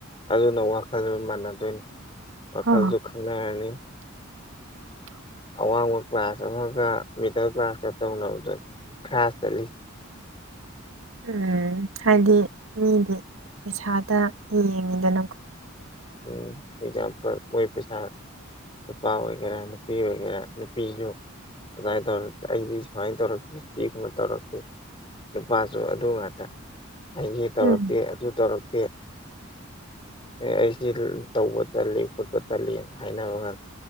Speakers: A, on the left (about 25°); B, on the right (about 75°).
A: ꯑꯗꯨꯅ ꯋꯥꯈꯜꯗꯨ ꯃꯥꯟꯅꯗꯣꯏꯅꯤ ꯋꯥꯈꯜꯖꯨ
B: ꯍ
A: ꯈꯪꯅꯥꯔꯅꯤ
B: <inaudible>
A: ꯑꯋꯥꯡꯕ ꯀ꯭ꯂꯥꯁ ꯑꯃꯒ ꯃꯤꯗꯜ ꯀ꯭ꯂꯥꯁꯀ ꯇꯧꯅꯕꯗ ꯈ꯭ꯔꯥꯁ ꯆꯠꯂꯤ
B: ꯎꯝ ꯍꯥꯏꯗꯤ ꯃꯤꯒꯤ ꯄꯩꯁꯥꯗ ꯌꯦꯡꯉꯤꯗꯅꯀꯣ
A: ꯎꯝ ꯑꯦꯛꯖꯥꯝꯄꯜ ꯃꯣꯏ ꯄꯩꯁꯥ ꯅꯨꯄꯥ ꯑꯣꯏꯒꯦꯔꯥ ꯅꯨꯄꯤ ꯑꯣꯏꯒꯦꯔꯥ ꯅꯨꯄꯤꯁꯨ ꯑꯗꯥꯏ ꯇꯧꯔ ꯑꯩꯗꯤ ꯁꯨꯃꯥꯏꯅ ꯇꯧꯔꯛꯇ‌ꯦ ꯁꯤ ꯀꯨꯝꯕ ꯇꯧꯔꯛꯇ‌ꯦ ꯅꯨꯄꯥꯁꯨ ꯑꯗꯨ ꯉꯥꯛꯇ ꯑꯩꯁ ꯇꯧꯔꯛꯇꯦ
B: ꯎꯝ
A: ꯑꯗꯨ ꯇꯧꯔꯛꯇꯦ ꯑꯩ ꯁꯤ ꯇꯧꯕ ꯇꯜꯂꯤ ꯈꯣꯠꯄ ꯇꯜꯂꯤꯅ ꯍꯥꯏꯅꯕ ꯉꯝꯃꯤ